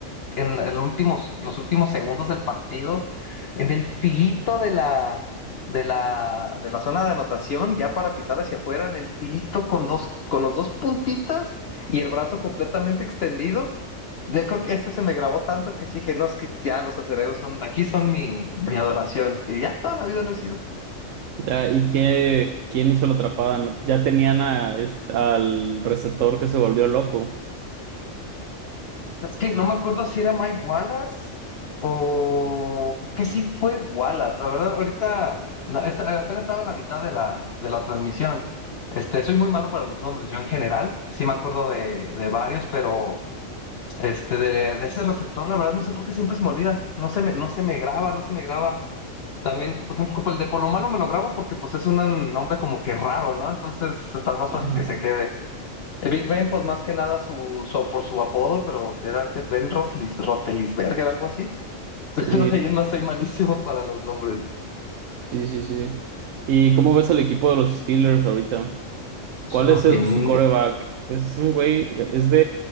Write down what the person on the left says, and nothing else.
en la- el últimos, los últimos segundos del partido, en el filito de la, de la, de la zona de anotación, ya para pisar hacia afuera, en el filito con dos, con los dos puntitas y el brazo completamente extendido. Yo creo que este se me grabó tanto que sí dije, no, es que ya los acereros son, de aquí son mi, mi adoración. Y ya toda la vida lo he sido.
Es que no me acuerdo si era Mike Wallace o creo que sí fue Wallace. La verdad, ahorita no, esta- apenas estaba a la mitad de la, de la transmisión. Este, soy muy malo para los nombres, yo en general. Sí me acuerdo de, de varios, pero este, de, de ese receptor, la verdad, no sé por qué siempre se me olvida. No se me, no se me graba, no se me graba. También, por ejemplo, como el de Polo malo me lo grabo porque pues es un nombre como que raro, ¿no? Entonces está más
fácil que se quede. El Big Ben, pues más que nada su, su- por su apodo, pero será que es Ben Rotlis, Rotelisberger, algo así. <laughs>
Pues no sé, yo más soy malísimo para los nombres.
Ah,
Bien,
de-